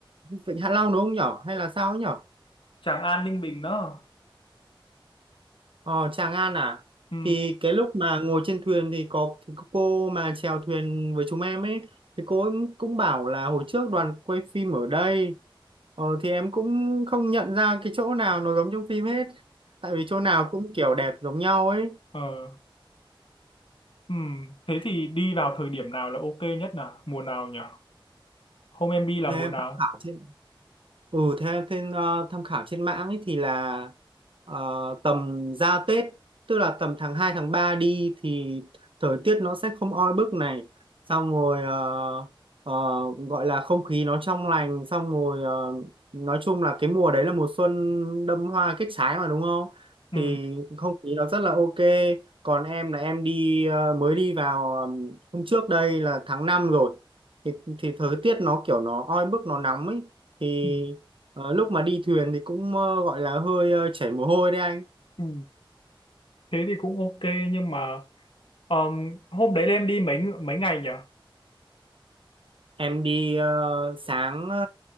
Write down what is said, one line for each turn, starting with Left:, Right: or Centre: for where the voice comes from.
Right: Vịnh Hạ Long đúng không nhở hay là sao ấy nhở
Left: Tràng An Ninh Bình đó
Right: Ờ, Tràng An à?
Left: ừ.
Right: Thì cái lúc mà ngồi trên thuyền thì có thì có cô mà chèo thuyền với chúng em ấy thì cô ấy cũng bảo là hồi trước đoàn quay phim ở đây ờ, thì em cũng không nhận ra cái chỗ nào nó giống trong phim hết tại vì chỗ nào cũng kiểu đẹp giống nhau ấy
Left: Ờ. Ừ. thế thì đi vào thời điểm nào là ok nhất nào mùa nào nhỉ hôm em đi là
Right: thế
Left: mùa
Right: em
Left: nào
Right: tham khảo chứ. Ừ, theo thêm ờ, tham khảo trên mạng ấy thì là ờ, tầm ra Tết, tức là tầm tháng 2 tháng 3 đi thì thời tiết nó sẽ không oi bức này. Xong rồi ờ, ờ, gọi là không khí nó trong lành, xong rồi ờ, nói chung là cái mùa đấy là mùa xuân đâm hoa kết trái mà đúng không?
Left: ừ.
Right: Thì không khí nó rất là ok. Còn em là em đi ờ, mới đi vào ờ, hôm trước đây là tháng 5 rồi. Thì, thì thời tiết nó kiểu nó oi bức nó nóng ấy thì
Left: Ừ.
Right: Ờ, lúc mà đi thuyền thì cũng ờ, gọi là hơi ờ, chảy mồ hôi đấy anh.
Left: Ừ. thế thì cũng ok nhưng mà ờm, hôm đấy là em đi mấy ng- mấy ngày nhỉ?
Right: Em đi ờ, sáng ờ,